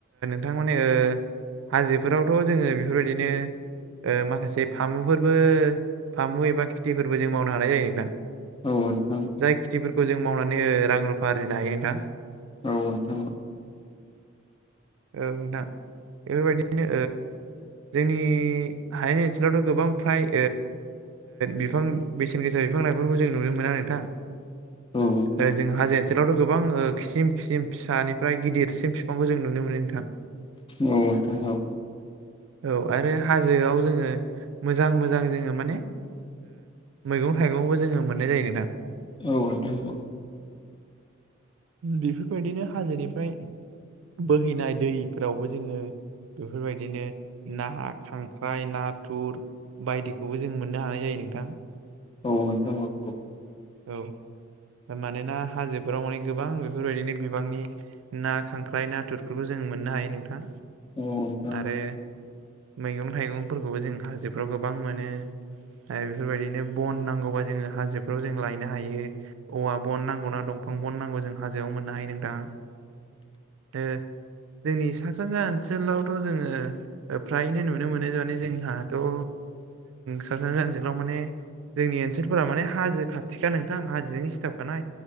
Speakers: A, on the right; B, on the left.
A: नोंथांमानि हाजो फोरावथ' जोङो बेफोरबायदिनो माखासे फामुफोरबो फामु एबा खिथिफोरबो जों मावनो हानाय जायो नोंथां
B: औ नोंथां
A: जाय खिथिफोरखौ जों मावनानै रां रुफा आरजिनो हायो नोंथां
B: औ नोंथां अ
A: औ नोंथां बेफोरबायदिनो जोंनि हायानि ओनसोलावथ' गोबां फ्राय बिफां बेसेन गोसा बिफां लाइफांफोरखौ जों नुनो मोना नोंथां
B: औखनो
A: ओ जों हाजो ओनसोलावथ' गोबां खिसिम खिसिम फिसानिफ्राय गिदिरसिम बिफांखौ जों नुनो मोनो नोंथां
B: औथां औ
A: औ आरो हाजोआव जोङो मोजां मोजां जोङो माने मैगं थाइगंबो जोङो मोननाय जायो नोंथां
B: औ नोंथां औ
A: बेफोरबायदिनो हाजोनिफ्राय बोहैनाय दैफोरावबो जोङो बेफोरबायदिनो ना खांख्राइ नाथुर बायदिखौबो जों मोननो हानाय जायो। नोंथां
B: औ <unintelligible>
A: औ मानोना हाजोफोराव माने गोबां बेफोरबायदिनो बिबांनि ना खांख्राय नाथुरफोरखौ जों जों मोननो हायो नोंथां
B: उम
A: ओरो मैगं थाइगंफोरखौबो जों हाजोफ्राव गोबां मोनो। बेफोरबायदिनो बन नांगौबा जोङो हाजोफ्राव जो लायनो हायो औवा बन नांगौ ना दंफां बन नांगौ जों हाजोआव मोननो हायो नोंथां। ओ जोंनि सा सानजा ओनसोलावथ' जोङो फ्रायनो नुनो मोनो माने जोंहाथ' जों सा साना ओनसोलाव माने जोंनि ओनसोलफोरा माने हाजो खा थिखा नोंथां हाजोनि सिथाबखानाय